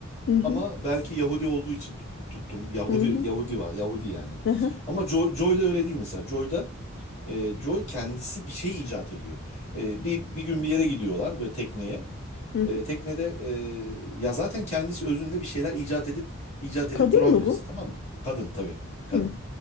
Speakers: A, on the left; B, on the left.
A: hı hı,
B: ama belki Yahudi olduğu için tut, tutturum Yahudi
A: hı hı,
B: Yahudi var Yahudi yani.
A: hı
B: Ama Joy, Joy da öyle değil mesela. Joy da e, Joy kendisi bir şey icat ediyor. E, bir bir gün bir yere gidiyorlar böyle tekneye.
A: hı hı.
B: E, teknede e, ya zaten kendisi özünde bir şeyler icat edip icat
A: Kadın
B: edip duran
A: mı
B: birisi
A: bu?
B: tamam mı? Kadın tabii kadın.
A: Hı.